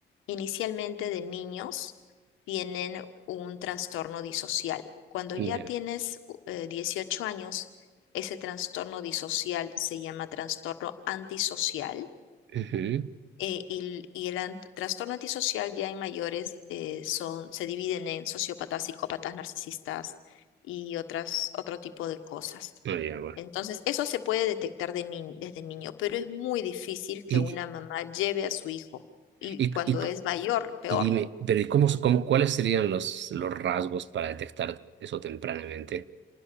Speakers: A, on the left; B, on the right.
A: inicialmente de niños tienen un trastorno disocial. Cuando
B: Mm,
A: ya
B: Ya.
A: tienes u- eh, 18 años, ese trastorno disocial se llama trastorno antisocial
B: Ujú.
A: eh, y, y el ant- trastorno antisocial ya en mayores eh, son, se dividen en sociópatas, psicópatas, narcisistas y otras, otro tipo de cosas.
B: Ah, ya, bueno.
A: Entonces, eso se puede detectar de ni- desde niño, pero es muy difícil
B: Y,
A: que una mamá lleve a su hijo y
B: y,
A: cuando
B: y, y-
A: es mayor, peor.
B: y dime, pero ¿y cómo, cómo, cuáles serían los, los rasgos para detectar eso tempranamente?